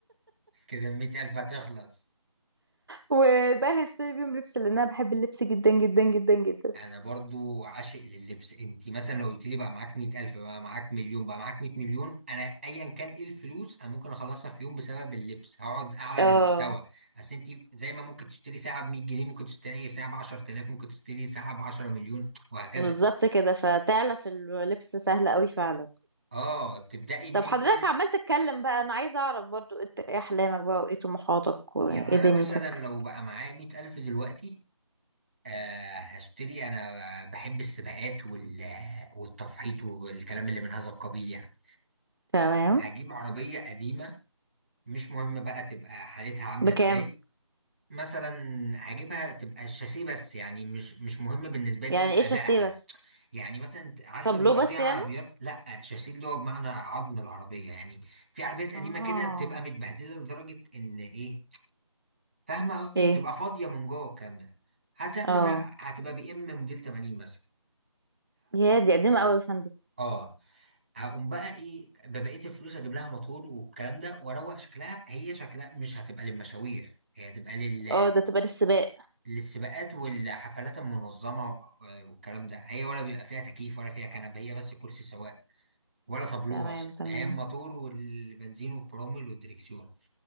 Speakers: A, on the right; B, on the right.
A: كده مئة الف هتخلص
B: والباقي هشتري بيهم لبس لان انا بحب اللبس جدا جدا جدا جدا
A: انا برضو عاشق لللبس انت مثلا لو قلت لي بقى معاك مئة الف بقى معاك مليون بقى معاك مئة مليون انا ايا كان ايه الفلوس انا ممكن اخلصها في يوم بسبب اللبس هقعد اعلى
B: اه
A: بالمستوى اصل انت زي ما ممكن تشتري ساعه ب 100 جنيه ممكن تشتري ساعه ب 10000 ممكن تشتري ساعه ب 10 مليون وهكذا
B: بالظبط كده فتعلف اللبس سهل قوي فعلا
A: اه تبدأي ان
B: طب
A: انت
B: حضرتك عمال تتكلم بقى انا عايزه اعرف برضو انت ايه احلامك بقى وايه طموحاتك وايه
A: يعني انا
B: دنيتك
A: مثلا لو بقى معايا مئة الف دلوقتي آه، هشتري انا بحب السباقات وال والتفحيط والكلام اللي من هذا القبيل يعني
B: تمام
A: هجيب عربية قديمة مش مهم بقى تبقى حالتها عاملة
B: بكام
A: ازاي مثلا هجيبها تبقى الشاسيه بس يعني مش مش مهم بالنسبة لي
B: يعني ايش
A: ادائها
B: السي بس
A: يعني مثلا انت عارفة
B: طابلو
A: بيبقى
B: بس
A: في عربيات
B: يعني
A: لا شاسيه اللي هو بمعنى عظم العربية يعني في عربيات قديمة
B: اه
A: كده بتبقى متبهدلة لدرجة ان ايه فاهمة قصدي
B: ايه
A: بتبقى فاضية من جوه الكلام ده هتعمل
B: اه
A: لها هتبقى بي ام موديل 80 مثلا
B: يا دي قديمة قوي يا فندم
A: اه هقوم بقى ايه ببقيه الفلوس اجيب لها موتور والكلام ده واروق شكلها هي شكلها مش هتبقى للمشاوير هي هتبقى لل...
B: اه ده تبقى للسباق
A: للسباقات والحفلات المنظمه و- آه، والكلام ده هي ولا بيبقى فيها تكييف ولا فيها كنبه هي بس كرسي سواق ولا تابلوه
B: تمام
A: اصلا
B: تمام
A: يعني هي الموتور والبنزين والفرامل والدريكسيون